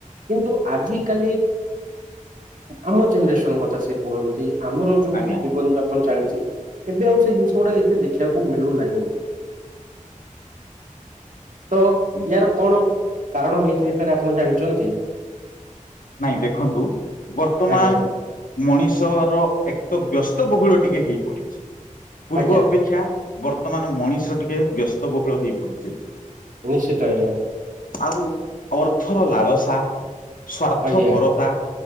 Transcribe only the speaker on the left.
ଆଜ୍ଞା
ହୁଁ।
ନାଇଁ ଦେଖନ୍ତୁ ବର୍ତ୍ତମାନ
ମଣିଷର ଏକ ତ ବ୍ୟସ୍ତ ବହୁଳ ଟିକେ ହେଇପଡିଛି ପୂର୍ବ
ଅପେକ୍ଷା ବର୍ତ୍ତମାନ ମଣିଷ ଟିକେ ବ୍ୟସ୍ତ ବହୁଳ ହେଇ ପଡିଛି।
ଆଉ ଅର୍ଥର ଲାଳସା ସ୍ୱାର୍ଥ
ପରତା